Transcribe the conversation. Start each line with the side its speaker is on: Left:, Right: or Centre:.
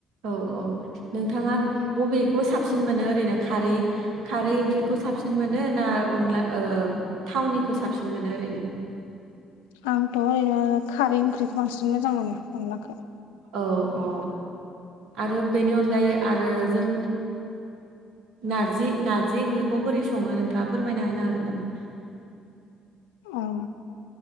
Right: औ औ नोंथाङा
Left: बिदिनो
Right: बबेखौ साबसिन मोनो ओरैनो खारै खारै ओंख्रिखौ साबसिन मोनो ना अनला थावनिखौ साबसिन मोनो ओरैनो
Left: आंथ' ओरैनो खारै ओंख्रिखौ बांसिन मोजां मोनो अनलाखौ
Right: औ औ आरो बेनि अनगायै आरो जों नारजि नार्जि ओंख्रिखौ बोरै सङो नोंथाङा फोरमायना हानो हागोन नामा
Left: औ